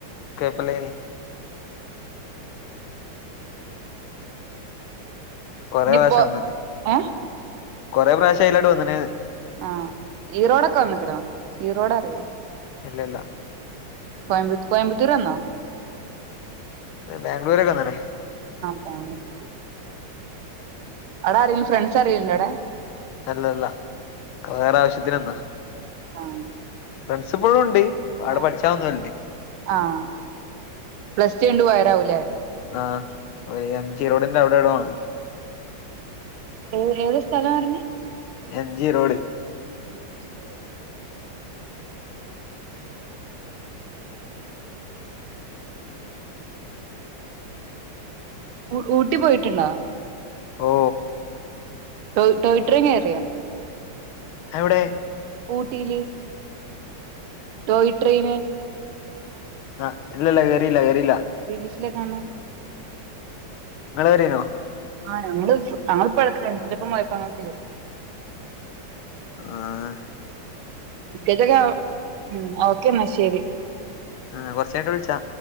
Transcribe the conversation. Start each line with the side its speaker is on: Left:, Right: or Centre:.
Left: കുഴപ്പല്ലേനി. കൊറെ
Right: ഇനിയിപ്പോ
Left: പ്രാവശ്യം വന്നണ്
Right: ഏഹ്
Left: കൊറെേ പ്രാവശ്യംലാട്ട് വന്ന്ണ്
Right: ആഹ് ഈറോടൊക്കെ വന്നക്കണോ ഈറോട അറിയോ?
Left: ഇല്ലല്ല
Right: കോയ കോയമ്പത്തൂര് വന്നോ?
Left: ബാംഗ്ലൂരൊക്കെ വന്നുണ്
Right: <unintelligible> അവിടാ അറിയ ഫ്രണ്ട്സ് അരേലും ഉണ്ട് അടെ
Left: അല്ലല്ല വേറെ ആവശ്യത്തിന് വന്നതാ
Right: ആഹ്
Left: പ്രിൻസിപ്പളും ഉണ്ട് അവിടെ
Right: ആഹ്
Left: പഠിച്ചാ വന്നോലുണ്ട്.
Right: ആഹ് പ്ലസ് ടു കഴിഞ്ഞിട്ട് പോയതാവും ലേ?
Left: ആ ഒരു എം ജിറോഡന്റെ അവിടെ എവിടെയോ ഉണ്ട്.
Right: ഏ ഏത് സ്ഥലം പറഞ്ഞ്?
Left: എം ജിറോട്.
Right: <unintelligible> ഉ ഊട്ടി പോയിട്ടുണ്ടോ?
Left: ഓ
Right: ടോയ് ടോയ് ട്രെയിൻ കയറിയോ?
Left: എവിടെ?
Right: ഊട്ടിയില് ടോയ്ട്രയിന്
Left: ആഹ് എല്ലല്ല കയറില്ല കയറി
Right: പ്രിയഷിലൊ കാണണ്
Left: നിങ്ങള് കയറിനോ?
Right: ആ ഞങ്ങള് ഇപ്പോഴ ഫ്രണ്ട്സിലപ്പം
Left: ആഹ്
Right: പോയപ്പങ്ങനേ കേറി
Left: ആ
Right: ഇിക്കേത്തൊക്കെ ഉ ഓക്കേ എന്നാ ശരി.
Left: ആഹ കൊറച്ചയിഞ്ഞിട്ട് വിളിച്ചാ.